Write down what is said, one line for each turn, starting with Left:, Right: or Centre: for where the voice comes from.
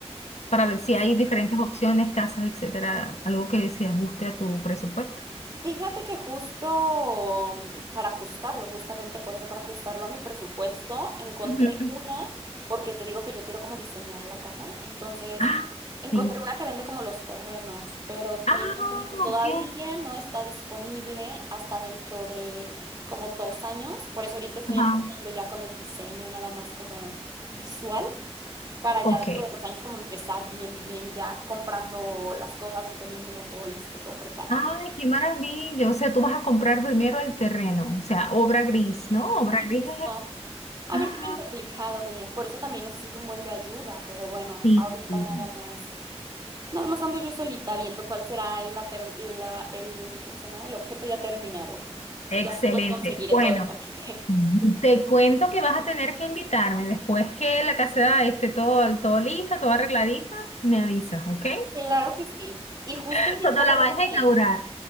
Left: para ver si hay diferentes opciones, casas, etcétera, algo que se ajuste a tu presupuesto?
Right: Fíjate que justo mm, para ajustarlo, justamente por eso, para ajustarlo a mi presupuesto, encontré
Left: Ujú.
Right: una, porque te digo que yo quiero como diseñar la casa, entonces
Left: Ah,
Right: encontré
Left: sí.
Right: una que vende como los terrenos, pero tiene
Left: Ah,
Right: una que todavía
Left: ok.
Right: no está disponible hasta dentro de como dos años, por eso ahorita estoy
Left: Ajá.
Right: empezando ya con el diseño, nada más como visual, para ya
Left: Ok.
Right: dentro de dos años como empezar bien, bien, ya comprando las cosas y teniendo ya todo listo, todo preparado.
Left: Ay, qué maravilla. O sea, tú vas a comprar primero el terreno, o sea, obra gris,
Right: Y,
Left: ¿no? Obra
Right: y
Left: gris
Right: justo,
Left: es...
Right: a
Left: Ah,
Right: ver qué tan complicado me es. Por eso también necesito un buen de ayuda, pero bueno,
Left: sí.
Right: ahorita
Left: sí.
Right: nada más, nada más ando yo solita viendo cuál será el, la ter- la- el, ¿cómo se llama? El objeto ya terminado.
Left: Excelente.
Right: Ya después conseguiré
Left: Bueno,
Right: todos los arquitectos. <laughs>
Left: te cuento que vas a tener que invitarme después que la caseta esté todo, todo lista, toda arregladita, me avisas, ¿ok?
Right: Claro que sí. Y justo
Left: <laughs>
Right: ahorita
Left: Cuando la
Right: déjame.
Left: vayas a inaugurar.